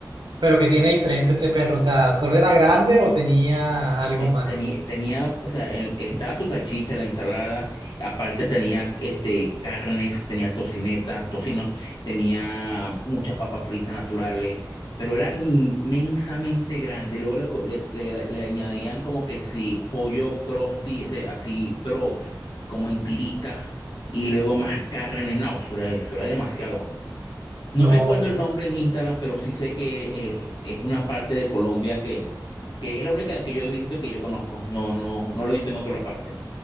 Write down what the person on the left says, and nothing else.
Te-
Tenía, tenía, o sea, el- estaba su salchicha, la ensalada, aparte tenía este, carnes, tenía tocinetas, tocino, tenía muchas papas fritas naturales, pero eran inmensamente grandes. Luego le, co- le- le- le añadían como que sí, pollo crusty ese, así, pero como en tiritas, y luego más carne. No, eso era, eso era demasiado. No
recuerdo
el
nombre en Instagram, pero sí sé que eh, es una parte de Colombia que, que es la única que yo he visto que yo conozco. No, no, no lo he visto en otra parte.